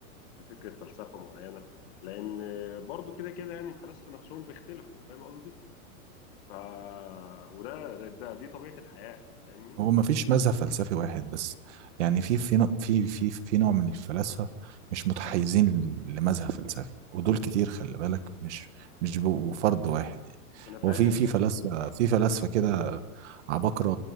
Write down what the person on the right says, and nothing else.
هو ما فيش مذهب فلسفي واحد بس يعني في في نوع- في في في نوع من الفلاسفة مش متحيزين لمذهب فلسفي ودول كتير خلي بالك مش مش بيبقوا فرد واحد يعني
هو في في فلاسفة في فلاسفة كده عباقرة